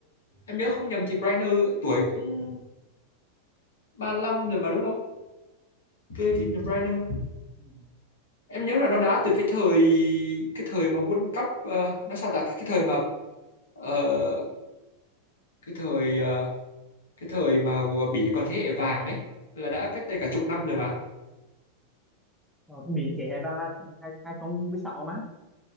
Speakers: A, on the left; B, in the centre.
A: em nhớ không nhầm thì Brainer tuổi cũng ba lăm rồi mà đúng không Kevin De Bruyne
B: Ừ.
A: em nhớ là nó đá từ cái thời cái thời mà World Cup ờ, nó sao ta cái, cái thời mà ờ, cái thời ờ, cái thời mà Bỉ còn thế hệ vàng ấy là đã cách đây cả chục năm rồi mà
B: ờ, bị thế hệ vàng là hai hai không mười sáu mà